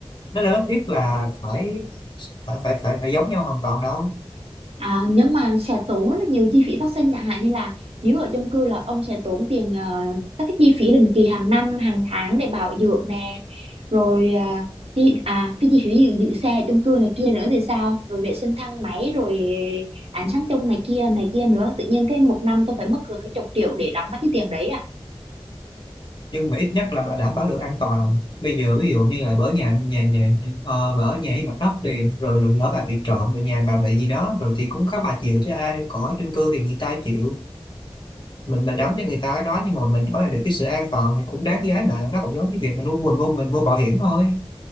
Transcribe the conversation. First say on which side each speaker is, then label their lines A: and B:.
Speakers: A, on the left; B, on the right.
A: nó đâu nhất thiết là phải phải phải phải phải giống nhau hoàn toàn đâu
B: À, nhưng mà sẽ tốn rất là nhiều chi phí phát sinh chẳng hạn như là nếu ở chung cư là ông sẽ tốn tiền ờ, các cái chi phí định kỳ hàng năm hàng tháng để bảo dưỡng nè rồi à, chi, à cái chi phí giữ, giữ xe ở chung cư này kia nữa thì sao rồi vệ sinh thang máy rồi ánh sáng chung này kia này kia nữa tự nhiên cái một năm tôi phải mất gần cái chục triệu để đóng mấy cái tiền đấy
A: nhưng mà ít nhất là, là đảm bảo được an toàn bây giờ ví dụ như là bỡ nhà nhà nhà ờ, bà ở nhà ấy mặt đất thì rồi lỡ bà bị trộm rồi nhà bà bị gì đó rồi thì cũng có bà chịu chứ ai còn ở chung cư thì người ta chịu mình mình đóng cho người ta cái đó nhưng mà mình nói là được cái sự an toàn thì cũng đáng giá mà nó cũng giống như việc mình mua mình mua mình mua bảo hiểm thôi